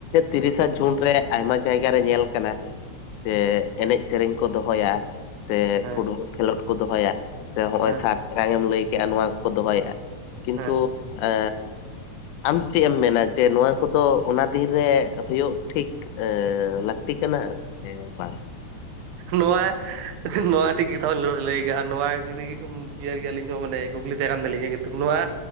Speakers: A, on the left; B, on the right.
A: ᱛᱤᱨᱤᱥᱟ ᱡᱩᱱ ᱨᱮ ᱟᱭᱢᱟ ᱡᱟᱭᱜᱟ ᱨᱮ ᱧᱮᱞ ᱟᱠᱟᱱᱟ ᱥᱮ ᱮᱱᱮᱡ ᱥᱮᱨᱮᱧ ᱠᱚ ᱫᱚᱦᱚᱭᱟ᱾ ᱥᱮ
B: ᱦᱮᱸ
A: ᱯᱷᱩᱴᱵᱚᱞ ᱠᱷᱮᱞᱚᱸᱰ ᱠᱚ ᱫᱚᱦᱚᱭᱟ ᱥᱮ ᱦᱚᱸᱜᱼᱚᱭ
B: ᱦᱮᱸ
A: ᱥᱟᱨ <unintelligible> ᱮᱢ ᱞᱟᱹᱭ ᱠᱮᱫᱮᱜᱼᱟ ᱱᱚᱣᱟ ᱠᱚᱠᱚ ᱫᱚᱦᱚᱭᱮᱫᱼᱟ ᱠᱤᱱᱛᱩ
B: ᱦᱮᱸ
A: ᱟ ᱟᱢ ᱪᱮᱫ ᱮᱢ ᱢᱮᱱᱟ ᱡᱮ ᱱᱚᱣᱟ ᱠᱚᱫᱚ ᱚᱱᱟ ᱫᱤᱱ ᱨᱮ ᱦᱩᱭᱩᱜ ᱴᱷᱤᱠ ᱞᱟᱹᱠᱛᱤ ᱴᱤᱠ ᱟᱱᱟ ᱥᱮ ᱵᱟᱝ?
B: ᱱᱚᱣᱟ ᱱᱚᱣᱟ ᱴᱷᱤᱠ ᱠᱟᱛᱷᱟ ᱦᱚᱸ ᱞᱟᱹᱭ ᱟᱨ ᱱᱚᱣᱟ ᱟᱹᱨ ᱜᱮᱭᱟ ᱟᱹᱞᱤᱧ ᱦᱚᱸ ᱢᱟᱱᱮ ᱠᱩᱠᱞᱤ ᱛᱟᱦᱮᱸ ᱠᱟᱱ ᱛᱟᱹᱞᱤᱧᱟ <unintelligible> ᱱᱚᱣᱟ